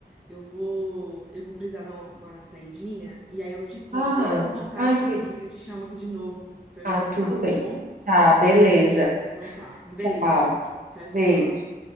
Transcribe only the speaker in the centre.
Eu vou, eu vou precisar dar uma, uma saidinha e aí eu te conto.
Logo que eu voltar,
eu te,
eu te chamo aqui de novo pra eu
te contar,
tá
bom?
Então tá. Um beijo.
Tchau, tchau.